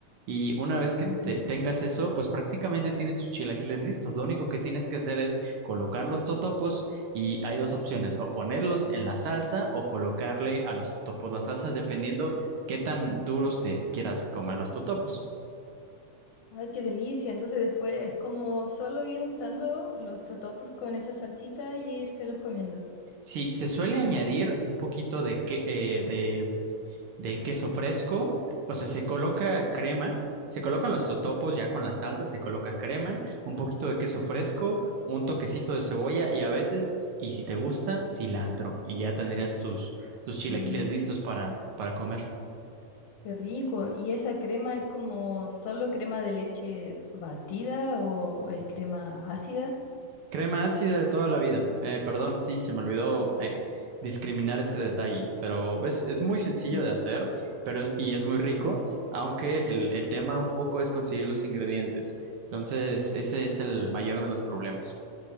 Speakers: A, on the right; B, on the left.
A: Y una vez que
B: entendí.
A: te- tengas eso, pues prácticamente tienes tus chilaquiles listos. Lo único que tienes que hacer es colocar los totopos y hay dos opciones, o ponerlos en la salsa o colocarle a los totopos la salsa, dependiendo qué tan duros te quieras comer los totopos.
B: Ay, qué delicia. Entonces después es como solo ir untando los totopos con esa salsita y irselos comiendo.
A: Sí, se suele añadir un poquito de, que, eh, de de queso fresco, o sea, se coloca
B: Ujú.
A: crema, se colocan los totopos ya con la salsa, se coloca crema, un poquito de queso fresco, un toquecito de cebolla y a veces, y si te gusta, cilantro. Y ya tendrías tus, tus chilaquiles
B: Mm,
A: listos para, para comer.
B: Qué rico. ¿Y esa crema es como solo crema de leche batida o es crema ácida?
A: Crema ácida de toda la vida. Eh, perdón, sí, se me olvidó eh, discriminar ese detalle, pero es, es muy sencillo
B: Mm,
A: de hacer pero, es- y es muy rico, aunque el, el tema un poco es conseguir los ingredientes. Entonces, ese es el mayor de los problemas.